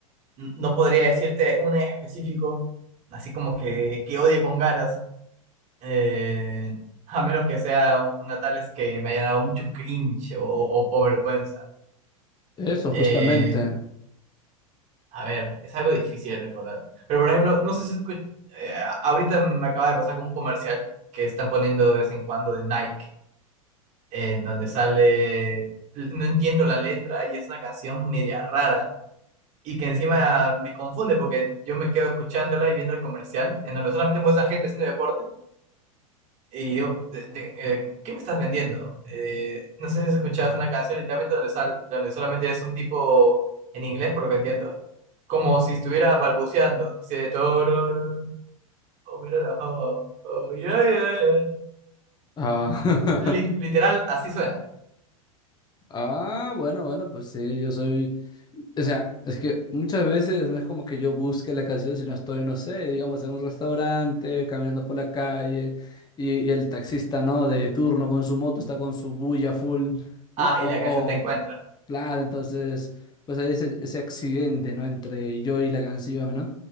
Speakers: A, on the right; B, on the left.
A: no podría decirte un específico, así como que, que odie con ganas, eh, <laughs> a menos que sea una tales que me haya dado mucho cringe o, o- o vergüenza.
B: eso,
A: Eh,
B: justamente.
A: a ver, es algo difícil de recordar. Pero por ejemplo, no sé si escu- eh, ahorita me acaba de pasar con un comercial que están poniendo de vez en cuando de Nike, en donde sale, no entiendo la letra y es una canción media rara y que encima me confunde porque yo me quedo escuchándola y viendo el comercial en donde solamente muestran gente haciendo deporte y digo, "¿De- de- eh, ¿qué me estás vendiendo? Eh, no sé si has escuchado una canción literalmente donde, sal- donde solamente es un tipo en inglés, por lo que entiendo, como si estuviera balbuceando. Dice, "Tororo, oh, mira la jo, oh, yeah, yeah, yeah".
B: Ah,
A: Y li-
B: <laughs>
A: literal, así suena.
B: Ah, bueno, bueno, pues sí, yo soy, o sea, es que muchas veces no es como que yo busque la canción, sino estoy, no sé, digamos, en un restaurante, caminando por la calle, y, y el taxista, ¿no? De turno con su moto, está con su bulla full,
A: Ah,
B: ¿no? O,
A: y la canción
B: o,
A: te encuentra.
B: claro, entonces, pues hay ese, ese accidente, ¿no? Entre yo y la canción, ¿no?